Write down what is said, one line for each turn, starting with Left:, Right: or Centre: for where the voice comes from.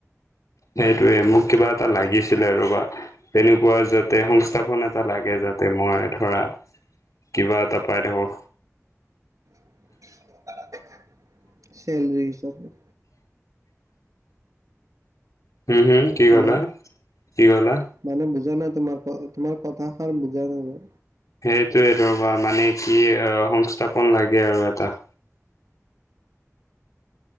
Left: সেইটোয়ে মোক কিবা এটা লাগিছিলে ৰবা, তেনেকুৱা যাতে সংস্থাপন এটা লাগে য তাতে মই ধৰা কিবা এটা পাই থাকো।
Right: <unintelligible> চেলৰি হিচাপে।
Left: হুম হুম কি
Right: হেল্ল'
Left: কলা কি কলা?
Right: মানে বুজা নাই তোমাৰ তোমাৰ কথাষাৰ বুজা নাই ন।
Left: সেইটোয়ে ৰবা মানে কি অ সংস্থাপন লাগে আৰু এটা।